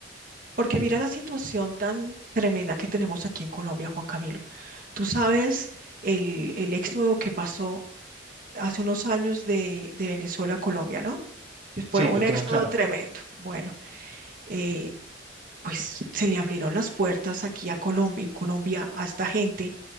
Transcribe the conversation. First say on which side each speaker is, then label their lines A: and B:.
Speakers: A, on the right (about 45°); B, on the right (about 25°).
A: Porque mira la situación tan tremenda que tenemos aquí en Colombia, Juan Camilo. Tú sabes el, el éxodo que pasó hace unos años de, de Venezuela a Colombia, ¿no? Que
B: Sí,
A: Fue un
B: lo
A: éxodo
B: tengo claro.
A: tremendo. Bueno, eh, pues se le abrieron las puertas aquí a Colombia, en Colombia, a esta gente